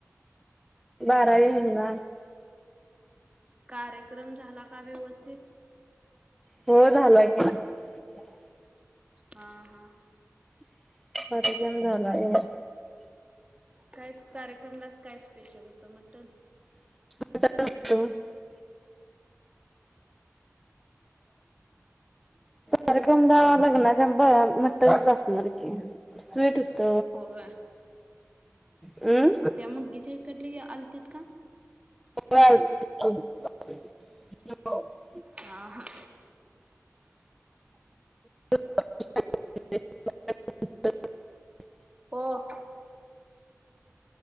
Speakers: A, in the centre; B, on the right (about 25°).
A: बारावी होना
B: कार्यक क्रम झाला का व्यवस्थित
A: हो झाला की <unintelligible>
B: हा हा.
A: <unintelligible> झाला ये.
B: काय कार्यक्रमलाच काय स्पेशल होत मटन
A: हातात... कार्यक्रम गावा लग्नाच्या ब मटनच असणार की स्वीट... त
B: होय
A: अम्...
B: मग त्या मुलगीच्या इकडली आलतीत का?
A: काज.. <unintelligible>
B: ह हा....
A: <unintelligible>
B: ब